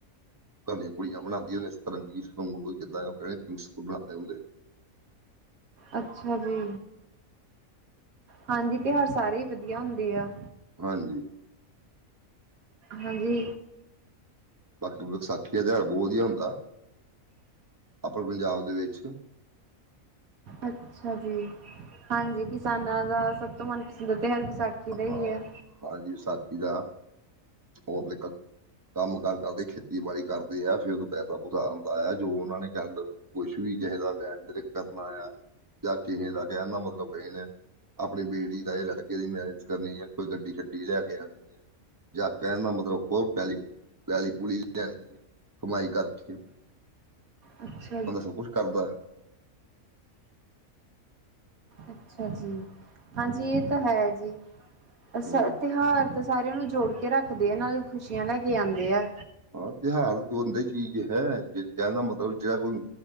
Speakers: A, on the right; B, on the right.
A: ਘਰ ਦੀ ਕੁੜੀਆਂ ਬਣਾਉਂਦੀਆਂ ਸਤਰੰਗੀ ਸੂਟ ਜਿੱਦਾਂ ਆਪਣੇ ਸਕੂਲ ਬਣਾਉਂਦੇ ਹੁੰਦੇ।
B: ਅੱਛਾ ਜੀ, ਹਾਂਜੀ ਤਿਉਹਾਰ ਸਾਰੇ ਹੀ ਵਧੀਆ ਹੁੰਦੇ ਆ।
A: ਹਾਂਜੀ।
B: ਹਾਂਜੀ।
A: ਬਾਕੀ ਵਿਸਾਖੀ ਦਾ ਤਿਆਰ ਬਹੁਤ ਵਧੀਆ ਹੁੰਦਾ, ਆਪਨੇ ਪੰਜਾਬ ਦੇ ਵਿੱਚ
B: ਅੱਛਾ ਜੀ ਹਾਂਜੀ ਕਿਸਾਨਾਂ ਦਾ। ਤਾਂ ਮਨਪਸੰਦ ਹੈ ਤਿਉਹਾਰ ਹਰ ਵਿਸਾਖੀ ਦਾ
A: ਹਾਂ
B: ਹੀ ਹੈ।
A: ਹਾਂਜੀ ਵਿਸਾਖੀ ਦਾ। ਉਹ ਆਪਦੇ ਘਰ ਕੰਮ ਕਾਰ ਕਰਦੇ, ਖੇਤੀਬਾੜੀ ਕਰਦੇ ਐ, ਫੇਰ ਉਹੋਂ ਪੈਸਾ ਪੂਸਾ ਆਉਂਦਾ ਐ, ਜੋ ਓਨਾਂ ਨੇ <unintelligible> ਕੁਛ ਵੀ ਕਿਸੇ ਦਾ ਲੈਨ-ਦੇਨ ਕਰਨਾ ਆ, ਜਾ ਕਿਸੇ ਦਾ ਕਹਿਨ ਦਾ ਮਤਲਬ ਕਿਸੇ ਨੇ ਆਪਣੀ ਬੇਟੀ ਦਾ ਜਾਂ ਲੜਕੇ ਦੀ ਮੈਰਿਜ ਕਰਨੀ, ਜਾਂ ਕੋਈ ਗੱਡੀ ਛੱਡੀ ਲੈ ਆਣੀ। ਹੈ ਜਾਂ ਕਹਿਣ ਦਾ ਮਤਲਬ ਹੋਰ ਪੈਲੀ ਪਿਆਲੀ ਪੂਲੀ ਲੈਣੀ ਐ ਕਮਾਈ ਕਰਕੇ।
B: <unintelligible>
A: ਬੰਦਾ ਸਬ ਕੁੱਛ ਕਰਦੈ।
B: ਅੱਛਾ ਜੀ, ਹਾਂਜੀ ਇਹ ਤਾਂ ਹੈ ਜੀ, ਅ
A: ਹੂੰ
B: ਤਿਉਹਾਰ ਤਾਂ ਸਾਰਿਆਂ ਨੂੰ ਜੋੜ ਕੇ ਰੱਖਦੇ ਆ, ਨਾਲ ਖੁਸ਼ੀਆਂ ਲੈ ਕੇ ਆਉਂਦੇ ਆ।
A: ਹਾਂ, ਤਿਉਹਾਰ ਬੰਦੇ ਚੀਜ਼ ਹੈ, ਕਹਿਣ ਦਾ ਮਤਲਬ ਜਿਹੜਾ ਕੋਈ